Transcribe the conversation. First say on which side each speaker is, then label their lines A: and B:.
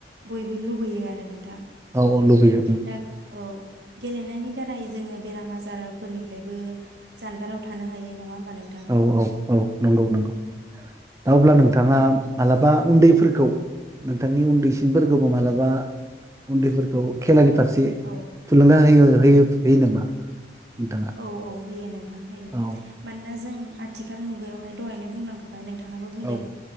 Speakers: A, on the right; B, on the right.
A: बयबो लुबैयो आरो नों थां
B: औ औ लुबैयो उम।
A: दा औ गेलेनायनि नाथाय जोङो बेराम आजारफोरनिफ्रायबो जानगाराव थानो हायो नङा होमबा नोंथां
B: औ औ औ नंगौ नंगौ। दा अब्ला नोंथाङा मालाबा उन्दैफोरखौ नोंथांनि उन दैसिनफोरखौबो
A: औ
B: मालाबा उन्दैफोरखौ खेलानि फारसे
A: औ
B: थुलुंगा हो होयोफ होयो नामा? नोंथाङा?
A: औ औ होयो नोंथां होयो
B: औ
A: मानोना जो जों आथिखाल मुगायाव दहायनो बुंलांखाबाय नोंथाङाबो बुंदों।
B: औ